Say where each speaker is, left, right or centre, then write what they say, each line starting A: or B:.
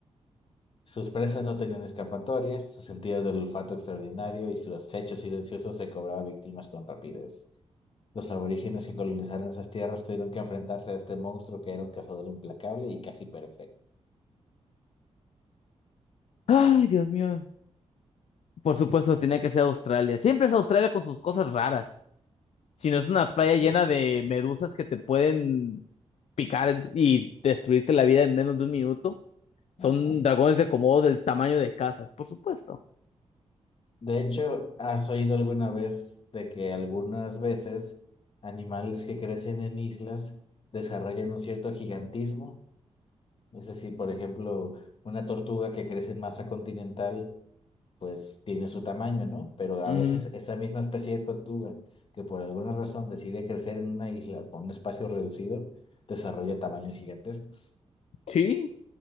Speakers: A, on the left; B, on the left.
A: Sus presas no tenían escapatoria, su sentido del olfato extraordinario y su acecho silencioso se cobraba víctimas con rapidez. Los aborígenes que colonizaron esas tierras tuvieron que enfrentarse a este monstruo que era un cazador implacable y casi perfecto.
B: Ay, Dios mío. Por supuesto, tenía que ser Australia. Siempre es Australia con sus cosas raras. Si no es una
A: Exacto.
B: playa llena de medusas que te pueden picar y destruirte la vida en menos de un minuto. Son
A: Ajá.
B: dragones de Komodo del tamaño de casas, por supuesto.
A: De hecho, ¿has oído alguna vez de que algunas veces animales que crecen en islas desarrollan un cierto gigantismo? Es decir, por ejemplo, una tortuga que crece en masa continental, pues tiene su tamaño, ¿no? Pero a
B: Ujú.
A: veces esa misma especie de tortuga que por alguna razón decide crecer en una isla con un espacio reducido, desarrolla tamaños gigantescos.
B: Sí.